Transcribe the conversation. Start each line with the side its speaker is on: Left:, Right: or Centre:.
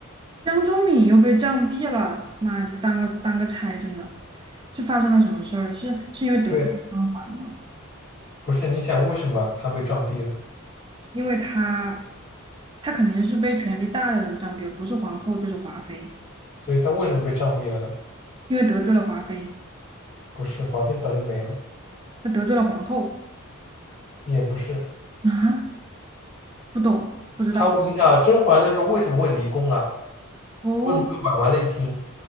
Right: 江忠敏又被杖毙了，妈呀，这当个当个差真的，是发生了什么事儿？是是因为得罪了张环吗？
Left: 对，不是，你想为什么他被杖毙了？
Right: 因为他她肯定是被权力大的人占便宜，不是皇后就是华妃，
Left: 所以他为什么被杖毙了呢？
Right: 因为得罪了华妃，
Left: 不是，华妃早就没了，
Right: 那得罪了皇后
Left: 也不是
Right: 啊？不懂，不知道
Left: 他。你想啊甄嬛的时候为什么会离宫啊？
Right: 哦，
Left: 为什么会婉婉内亲？